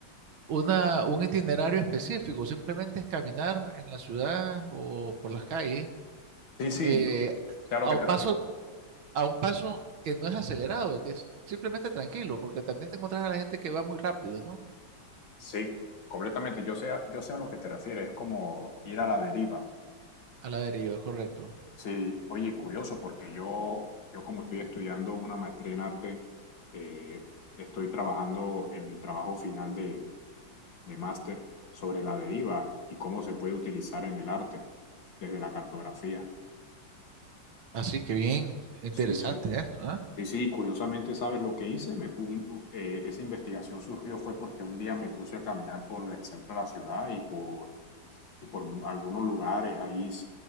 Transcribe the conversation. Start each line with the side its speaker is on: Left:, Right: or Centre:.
Right: una, un itinerario específico, simplemente es caminar en la ciudad o por las calles
Left: Sí, sí,
Right: eh,
Left: yo sé a lo
Right: a
Left: que
Right: un
Left: te
Right: paso,
Left: refieres.
Right: a un paso que no es acelerado, que es simplemente tranquilo, porque también te encuentras a la gente que va muy rápido, ¿no?
Left: Sí, completamente, yo sé, a- yo sé a lo que te refieres, es como ir a la deriva.
Right: A la deriva, correcto.
Left: Sí, oye, curioso, porque yo, yo como estoy estudiando una maestría en arte, eh, estoy trabajando en mi trabajo final de, de máster sobre la deriva y cómo se puede utilizar en el arte desde la cartografía.
Right: Así que bien, interesante
Left: Sí, sí,
Right: esto, ¿ah?
Left: sí, sí, curiosamente, ¿sabes lo que hice? Me pu- eh, esa investigación surgió fue porque un día me puse a caminar por el centro de la ciudad y por, y por mu- algunos lugares ahí, s-